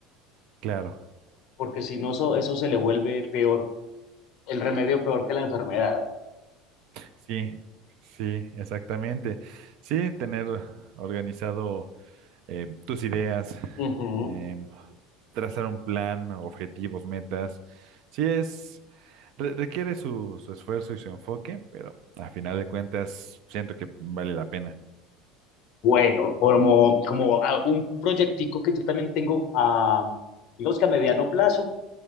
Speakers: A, on the right; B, on the left.
A: Claro,
B: porque si no, eso, eso se le vuelve peor, el remedio peor que la enfermedad.
A: sí, sí, exactamente. Sí, tener organizado. eh, tus ideas,
B: Ujú.
A: eh, trazar un plan, objetivos, metas. Sí es, re- requiere su, su esfuerzo y su enfoque, pero a final de cuentas siento que vale la pena.
B: Bueno, como, como ah, un proyectico que yo también tengo, a, digamos que a mediano plazo,